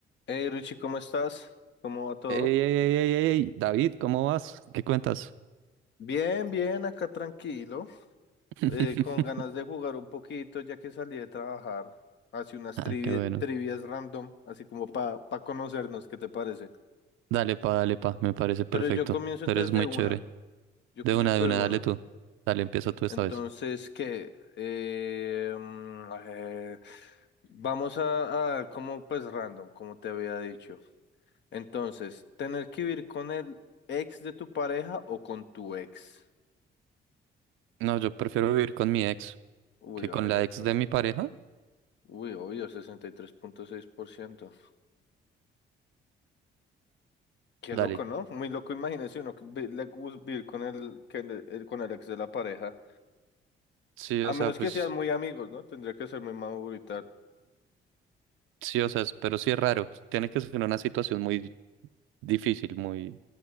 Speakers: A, on the left (about 65°); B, on the right (about 85°).
A: Hey Richie, ¿cómo estás? ¿Cómo va todo?
B: Ey, ey, ey, ey, ey, ey, David, ¿cómo vas? ¿Qué cuentas?
A: Bien, bien, acá tranquilo,
B: <laughs>
A: eh, con ganas de jugar un poquito ya que salí de trabajar. Hace unas
B: Ah,
A: trivi-
B: qué bueno.
A: trivias random, así como para conocernos, ¿qué te parece?
B: Dale pa, dale pa, me parece perfecto.
A: Pero yo comienzo
B: Tú
A: entonces
B: eres muy
A: de una,
B: chévere.
A: yo
B: De
A: comienzo
B: una, de una,
A: de una.
B: dale tú. Dale, empieza tú esta
A: Entonces,
B: vez.
A: ¿qué? Eh, mm, eh, vamos a, a, como pues random, como te había dicho. Entonces, ¿tener que vivir con el ex de tu pareja o con tu ex?
B: No, yo prefiero vivir con mi ex
A: Uy,
B: que con
A: ayosco,
B: la ex de mi pareja.
A: Uy, obvio, sesenta y tres punto seis por ciento, Qué
B: Dale.
A: loco, ¿no? Muy loco, imagínese uno que vi- le gus- vivir con el, que le- el- con el ex de la pareja.
B: Sí,
A: A
B: o
A: menos
B: sea, pues,
A: que sean muy amigos, ¿no? Tendría que ser muy maduro y tal.
B: sí, o sea, es- pero sí es raro. Tiene que ser una situación muy difícil, muy